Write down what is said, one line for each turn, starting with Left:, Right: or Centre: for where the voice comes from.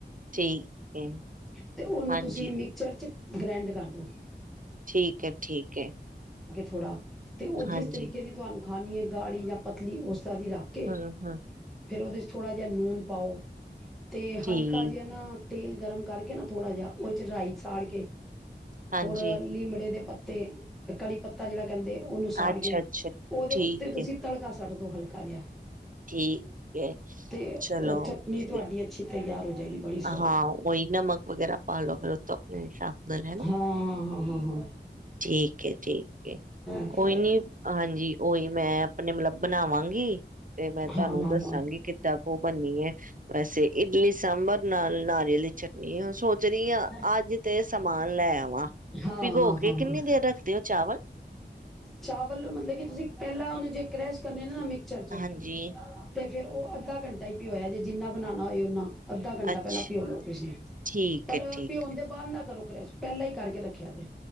Right: ਠੀਕ ਹੈ,
Centre: ਤੇ ਉਹਨੂੰ
Right: ਹਾਂਜੀ
Centre: ਤੁਸੀਂ ਮਿਕਚਰ ਚ ਗ੍ਰੈਂਡ ਕਰ ਦਿਉ।
Right: ਠੀਕ ਹੈ ਠੀਕ ਹੈ।
Centre: ਥੋੜ੍ਹਾ ਤੇ ਉਹ
Right: ਹਾਂਜੀ।
Centre: ਜਿਸ ਤਰੀਕੇ ਦੀ ਤੁਹਾਨੂੰ ਖਾਣੀਏ ਗਾੜੀ ਜਾਂ ਪਤਲੀ ਉਸ। ਤਰਾਂ ਦੀ ਰੱਖ ਕੇ।
Right: ਹੂੰ, ਹੂੰ।
Centre: ਫੇਰ ਉਹਦੇ 'ਚ ਥੋੜ੍ਹਾ ਜਿਹਾ ਨੂਨ ਪਾਓ। ਤੇ
Right: ਠੀਕ
Centre: ਹਲਕਾ ਜਿਹਾ ਨਾ ਤੇਲ ਗਰਮ ਕਰਕੇ ਨਾ ਥੋੜਾ ਜਿਹਾ ਉਹਦੇ 'ਚ ਰਾਈ ਸਾੜ ਕੇ
Right: ਹਾਂਜੀ
Centre: ਹੋਰ ਲੀਮੜੇ ਦੇ ਪੱਤੇ ਤੇ ਕੜੀ ਪੱਤਾ ਜਿਹੜਾ। ਕਹਿੰਦੇ ਉਹਨੂੰ ਸਾੜ
Right: ਅੱਛਾ-ਅੱਛਾ
Centre: ਕੇ, ਉਹਦੇ
Right: ਠੀਕ
Centre: ਉੱਤੇ ਤੁਸੀਂ
Right: ਹੈ,
Centre: ਤੜਕਾ ਸੁੱਟ ਦੋ ਹਲਕਾ ਜਿਹਾ।
Right: ਠੀਕ। ਹੈ।
Centre: ਤੇ ਉਹ
Right: ਚਲੋ
Centre: ਚਟਨੀ
Right: ਫਿਰ।
Centre: ਤੁਹਾਡੀ ਅੱਛੀ। ਤਿਆਰ ਹੋ। ਜਾਏਗੀ ਬੜੀ ਸਵਾਦ
Right: ਹਾਂ ਉਹੀ ਨਮਕ ਵਗੈਰਾ ਪਾਲੋ ਫਿਰ ਉਹਤੋਂ ਆਪਣੇ ਹਿਸਾਬ ਨਾਲ ਹੈਨਾ
Centre: ਹਾਂ ਹਾਂ ਹਾਂ ਹਾਂ
Right: ਠੀਕ ਹੈ, ਠੀਕ ਹੈ
Centre: ਫਿਰ
Right: ਕੋਈ ਨੀ ਹਾਂਜੀ ਉਹੀ ਮੈਂ ਆਪਣੇ ਮਤਲਬ ਬਣਾਵਾਂਗੀ ਤੇ ਮੈਂ ਤੁਹਾਨੂੰ
Centre: ਹਾਂ ਹਾਂ
Right: ਦੱਸਾਂਗੀ।
Centre: ਹਾਂ ਹਾਂ
Right: ਕਿੱਦਾਂ ਕੁ ਉਹ ਬਣਨੀ ਹੈ, ਵੈਸੇ ਇਡਲੀ ਸਾਮ ਨਾਲ ਨਾਰੀਆਲ ਦੀ ਚਟਨੀ ਸੋਚ ਰਹੀ ਹਾਂ
Centre: <unintelligible>
Right: ਅੱਜ ਤੇ ਸਮਾਨ ਲੈ ਆਵਾਂ
Centre: ਹਾਂ
Right: ਭਿਗੋ
Centre: ਹਾਂ
Right: ਕੇ
Centre: ਹਾਂ
Right: ਕਿੰਨੀ
Centre: ਹਾਂ
Right: ਦੇਰ ਰੱਖਦੇ ਹੋ ਚਾਵਲ
Centre: ਚਾਵਲ ਮਤਲਬ ਕਿ ਤੁਸੀਂ ਪਹਿਲਾਂ ਉਹਨੂੰ ਜੇ ਕ੍ਰੈਸ਼ ਕਰਨੇ ਨਾ। ਮਿੱਕਚਰਜ
Right: ਹਾਂਜੀ
Centre: ਤੇ। ਫੇਰ ਉਹ ਅੱਧਾ ਘੰਟਾ ਹੀ ਭਿਉਆ ਜੇ ਜਿੰਨਾ ਬਣਾਣਾ ਹੋਏ ਉਹਨਾ। ਅੱਧਾ ਘੰਟਾ
Right: ਅੱਛਾ
Centre: ਪਹਿਲਾਂ ਭਿਓ ਲੋ ਤੁਸੀਂ।
Right: ਠੀਕ
Centre: ਪਰ
Right: ਹੈ ਠੀਕ
Centre: ਭਿਉਣ
Right: ਹੈ
Centre: ਦੇ ਬਾਅਦ ਨਾ ਕਰੋ ਕਰੈਸ਼ ਪਹਿਲਾਂ ਹੀ ਕਰਕੇ ਰੱਖਿਆ ਜੇ।